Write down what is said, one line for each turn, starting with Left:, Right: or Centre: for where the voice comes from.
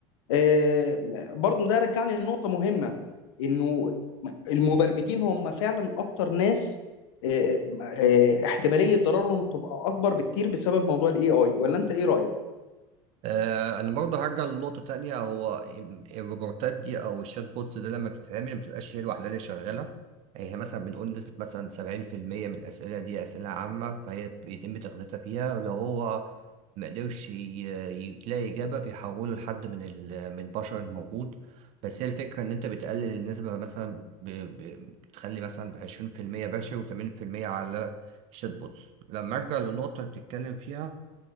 Left: آه، برضو ده رجعني لنقطه مهمه انه المبرمجين هم فعلا اكتر ناس آه، آه، احتماليه ضررهم تبقى اكبر بكتير بسبب موضوع الاي اي ولا انت ايه رايك
Right: آه، انا برضه هرجع لنقطه تانية هو الروبوتات دي او الشات بوتس ده لما بتتعمل ما بتبقاش هي لوحدها اللي شغاله يعني هي مثلا بنقول نسبه مثلا 70% من الاسئله دي اسئله عامه فهي بيتم تغذيتها فيها ولو هو ما قدرش ي- ي- يلاقي اجابه بيحوله لحد من ال- من البشر الموجود بس هي الفكره ان انت بتقلل النسبه مثلا ب- ب- بتخلي مثلا 20% بشر و80% على الشات بوتس لما ارجع للنقطه اللي بتتكلم فيها